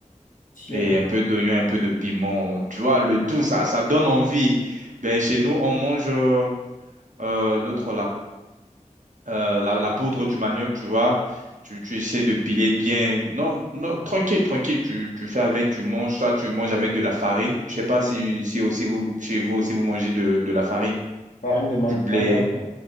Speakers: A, on the left; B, on the right.
A: Tiens,
B: Et un peu d'oignon, un peu de piment. Tu vois, le tout, ça, ça donne envie. Ben, chez nous, on mange euh, euh, l'autre là. euh, la, la poudre du manioc, tu vois. Tu, tu essaies de piler bien. Non, non, tranquille, tranquille. Tu, tu fais avec, tu manges. Toi, tu manges avec de la farine. Je sais pas si, si aussi vous, chez vous aussi, vous mangez de, de la farine,
A: farine de man-
B: du blé.
A: manioc, non?